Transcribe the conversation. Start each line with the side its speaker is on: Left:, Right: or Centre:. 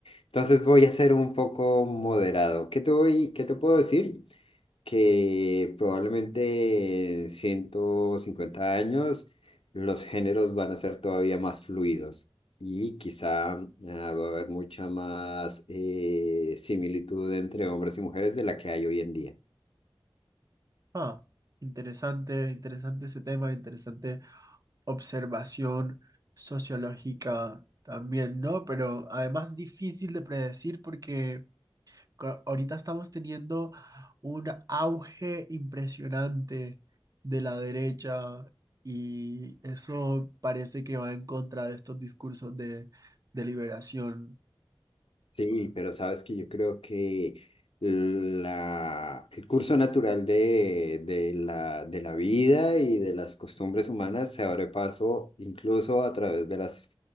Left: Entonces voy a ser un poco moderado. ¿Qué te voy, qué te puedo decir? Que probablemente en 150 años los géneros van a ser todavía más fluidos y quizá ah, va a haber mucha más eh, similitud entre hombres y mujeres de la que hay hoy en día.
Right: Ah, interesante, interesante ese tema, interesante observación sociológica también, ¿no? Pero además difícil de predecir porque co- Ahorita estamos teniendo un auge impresionante de la derecha y eso parece que va en contra de estos discursos de, de liberación.
Left: Sí, pero sabes que yo creo que la, el curso natural de, de la, de la vida y de las costumbres humanas se abre paso incluso a través de las,